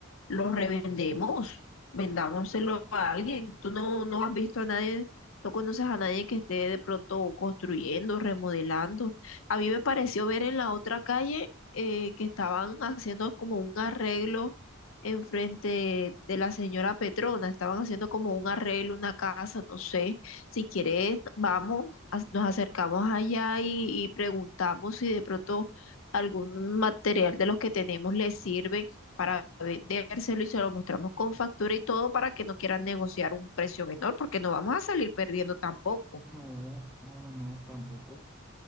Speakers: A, on the left; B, in the centre.
A: los revendemos, vendámoselo a alguien. Tú no, no has visto a nadie, no conoces a nadie que esté de pronto construyendo, remodelando. A mí me pareció ver en la otra calle eh, que estaban haciendo como un arreglo enfrente de la señora Petrona, estaban haciendo como un arreglo, una casa, no sé. Si quieres, vamos, a- nos acercamos allá y y preguntamos si de pronto algún material de los que tenemos les sirve para vendérselo y se lo mostramos con factura y todo para que no quieran negociar un precio menor, porque no vamos a salir perdiendo tampoco.
B: No, no, no, no, tampoco.